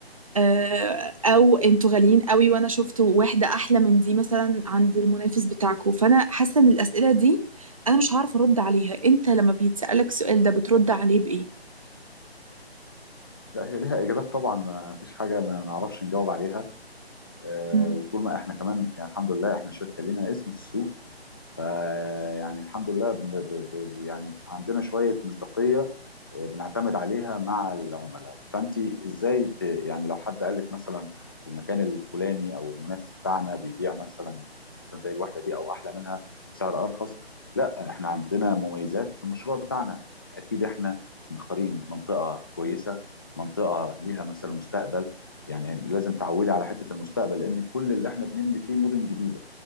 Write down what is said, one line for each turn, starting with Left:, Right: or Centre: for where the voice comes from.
Right: آه، او انتوا غاليين قوي وانا شفت واحده احلى من دي مثلا عند المنافس بتاعكم فانا حاسه ان الاسئله دي انا مش هعرف ارد عليها انت لما بيتسالك السؤال ده بترد عليه بايه
Left: لا هي ليها اجابات طبعا ما فيش حاجه ما نعرفش نجاوب عليها آه،
Right: امم
Left: وطول ما احنا كمان يعني الحمد لله احنا شركه لينا اسم في السوق فيعني الحمد لله ب... ب... ب... يعني عندنا شوية مصداقية آه، بنعتمد عليها مع العملاء فانت ازاي ت... يعني لو حد قال لك مثلا في المكان الفلاني او المنافس بتاعنا بيبيع مثلا مثلا زي الوحدة دي او احلى منها بسعر ارخص لا احنا عندنا مميزات في المشروع بتاعنا اكيد احنا مختارين منطقة كويسة منطقة ليها مثلا مستقبل يعني لازم تعولي على حتة المستقبل لان كل اللي احنا بنبني فيه مدن جديدة